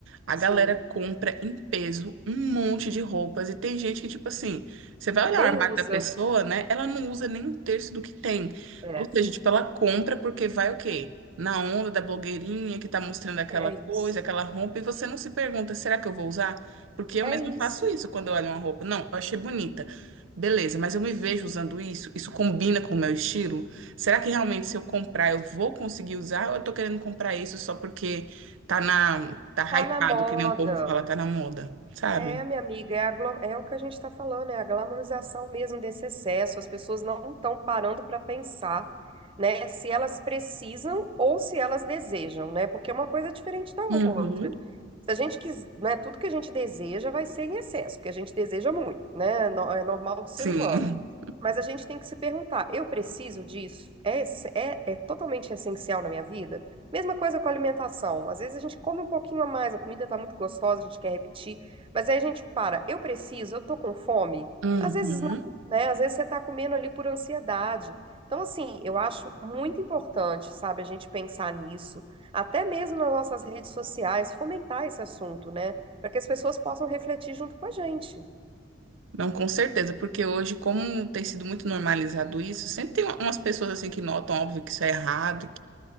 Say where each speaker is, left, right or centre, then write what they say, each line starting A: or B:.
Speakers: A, on the right (about 85°); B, on the right (about 30°).
A: a
B: Sim.
A: galera compra em peso um monte de roupas e tem gente que, tipo assim, você vai olhar
B: Nem
A: o armário
B: usa.
A: da pessoa, né? Ela não usa nem um terço do que tem.
B: É,
A: Ou seja, tipo, ela compra porque vai o quê? Na onda da blogueirinha que tá mostrando aquela
B: é
A: coisa,
B: isso.
A: aquela roupa, e você não se pergunta, será que eu vou usar? Porque eu
B: É
A: mesma
B: isso.
A: faço isso quando eu olho uma roupa. Não, eu achei bonita. Beleza, mas eu me vejo usando isso? Isso combina com o meu estilo? Será que realmente se eu comprar eu vou conseguir usar ou eu tô querendo comprar isso só porque tá na, tá
B: Tá
A: hypado,
B: na moda.
A: que nem o povo fala, tá na moda, sabe?
B: É, minha amiga, é, a glo- é o que a gente está falando, é a glamorização mesmo desse excesso. As pessoas não estão parando para pensar, né, se elas precisam ou se elas desejam, né? Porque é uma coisa é diferente da
A: Uhum.
B: outra. Se a gente quis, né, tudo que a gente deseja vai ser em excesso, porque a gente deseja muito, né? é no- É normal do ser
A: Sim.
B: humano. Mas a gente tem que se perguntar, eu preciso disso? É, esse- é, é totalmente essencial na minha vida? Mesma coisa com a alimentação. Às vezes a gente come um pouquinho a mais, a comida está muito gostosa, a gente quer repetir. Mas aí a gente para, eu preciso, eu tô com fome.
A: Uhum.
B: Às vezes não, né? Às vezes você tá comendo ali por ansiedade. Então, assim, eu acho muito importante, sabe, a gente pensar nisso, até mesmo nas nossas redes sociais, fomentar esse assunto, né? Para que as pessoas possam refletir junto com a gente.
A: Não, com certeza, porque hoje, como tem sido muito normalizado isso, sempre tem umas pessoas assim que notam, óbvio, que isso é errado,